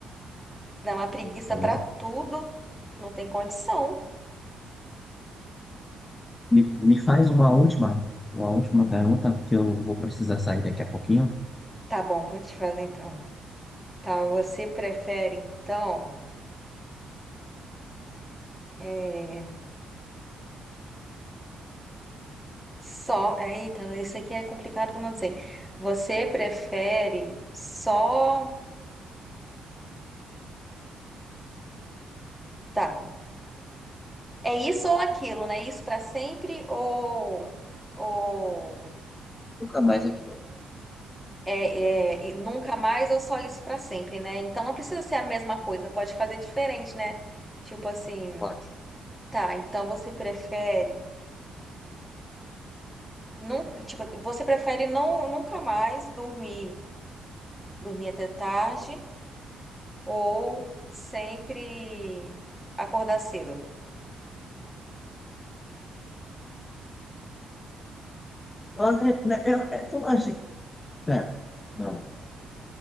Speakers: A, in the centre; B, on the left (about 25°).
A: Dá uma preguiça
B: É
A: pra
B: verdade.
A: tudo. Não tem condição.
B: Me, me faz uma última, uma última pergunta, porque eu vou precisar sair daqui a pouquinho.
A: Tá bom, vou te fazer então. Tá, você prefere então. É... Só. eh, Eita, isso aqui é complicado que eu não sei. Você prefere só. Tá. É isso ou aquilo, né? Isso pra sempre ou. Ou.
B: Nunca mais aqui, não.
A: É, é, e nunca mais ou só isso pra sempre, né? Então não precisa ser a mesma coisa, pode fazer diferente, né? Tipo assim,
B: Pode.
A: tá, então você prefere não, tipo, você prefere não nunca mais dormir, dormir até tarde ou sempre acordar cedo?
B: André, né, eu, é tudo assim. Pera. Não.